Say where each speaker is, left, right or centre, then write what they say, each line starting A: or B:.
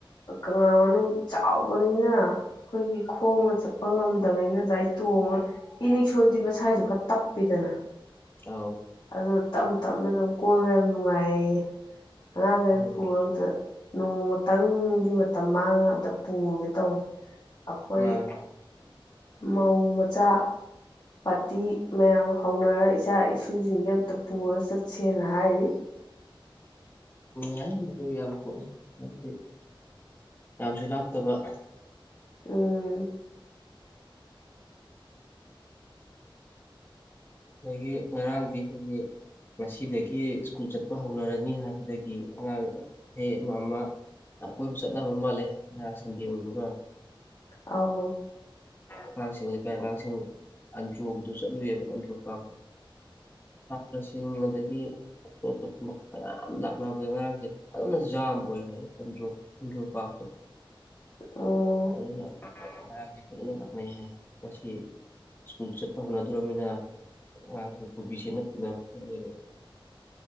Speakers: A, on the left; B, on the left.
A: ꯀꯪꯂꯥ ꯃꯅꯨꯡꯗꯤ ꯆꯥꯎꯕꯅꯤꯅ ꯑꯩꯈꯣꯏꯒꯤ ꯈꯣꯡꯅ ꯆꯠꯄ ꯉꯝꯗꯕꯅꯤꯅ ꯑꯗꯨꯃꯥꯏꯅ ꯇꯣꯡꯉ ꯏꯔꯤꯛꯁꯣꯗꯤ ꯃꯁꯥꯁꯨ ꯈꯔ ꯇꯞꯄꯤꯗꯅ
B: ꯑꯥꯎ
A: ꯑꯗꯨ ꯇꯞ ꯇꯞꯅ ꯑꯗꯨꯝ ꯀꯣꯏꯕ ꯌꯥꯝ ꯅꯨꯡꯉꯥꯏꯌꯦ ꯑꯉꯥꯡꯈꯩ
B: ꯑꯍꯣꯡꯕ
A: ꯄꯨꯔꯣꯝ ꯆꯠ ꯅꯣꯡꯃꯇꯪꯗꯤ ꯃꯇꯝ ꯃꯥꯡ ꯑꯝꯇ ꯄꯨꯒꯦ ꯇꯧꯋꯦ ꯑꯩꯈꯣꯏ
B: ꯃꯥꯡ
A: ꯃꯧ ꯃꯆꯥ ꯄꯥꯔꯇꯤ ꯃꯌꯥꯝ ꯍꯧꯅꯔꯒ ꯏꯆꯥ ꯏꯁꯨꯁꯤꯡꯁꯦ ꯑꯃꯝꯇ ꯄꯨꯔ ꯆꯠꯁꯦꯅ ꯍꯥꯏꯔꯤ ꯎ
B: ꯌꯥꯏ ꯃꯗꯨ ꯌꯥꯕ ꯄꯣꯠꯅꯤ ꯍꯥꯏꯕꯗꯤ ꯌꯥꯝꯁꯨ ꯂꯥꯞꯇꯕ
A: ꯎꯝ
B: ꯑꯗꯒꯤ ꯉꯔꯥꯡꯗꯤ ꯑꯩꯈꯣꯏꯒꯤ ꯉꯁꯤꯗꯒꯤ ꯁ꯭ꯀꯨꯜ ꯆꯠꯄ ꯍꯧꯅꯔꯅꯤ ꯍꯥꯏꯕꯗꯒꯤ ꯑꯉꯥꯡ ꯍꯦꯛ ꯑꯃ ꯑꯃ ꯌꯥꯝ ꯀꯣꯏꯕ ꯆꯠꯅꯕ ꯃꯥꯜꯂꯦ ꯉꯔꯥꯡ ꯁꯟꯗꯦ ꯑꯣꯏꯕꯒ
A: ꯑꯧ
B: ꯑꯉꯥꯡꯁꯤꯡ ꯂꯩꯀꯥꯏ ꯑꯉꯥꯡꯁꯤꯡ ꯑꯟꯗ꯭ꯔꯣꯒꯤꯗꯨꯣ ꯆꯠꯂꯨꯏꯑꯕ ꯑꯟꯗ꯭ꯔꯣ ꯄꯥꯛꯇ ꯑ ꯁꯥꯁꯤ ꯆꯤꯡ ꯑꯗꯒꯤ ꯑꯇꯣꯞ ꯑꯇꯣꯞꯄ ꯃꯌꯥꯝ ꯂꯥꯛꯅꯕꯗ ꯉꯔꯥꯡꯁꯦ ꯑꯗꯨꯅ ꯖꯥꯝ ꯑꯣꯏ ꯍꯥꯏ ꯣ ꯄꯇ
A: ꯎꯝ
B: ꯑꯗꯨꯅ ꯍꯔꯥꯡꯁꯦ ꯐꯖꯅ ꯂꯥꯛꯅꯩ ꯍꯥꯏꯣ ꯁꯤ ꯁ꯭ꯀꯨꯜ ꯆꯠꯄ ꯍꯧꯣꯠꯅꯗꯣꯔꯃꯤꯅ ꯑꯁꯦ ꯀꯣꯕꯤꯁꯦ ꯅꯠꯇꯅ ꯑꯗꯨ